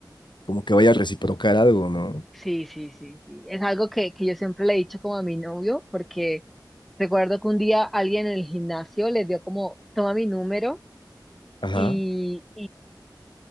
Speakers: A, on the left; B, in the centre.
A: como que vaya a reciprocar algo, ¿no?
B: Sí, sí, sí, sí. Es algo que, que yo siempre le he dicho como a mi novio, porque recuerdo que un día alguien en el gimnasio le dio como, toma mi número
A: Ajá,
B: y,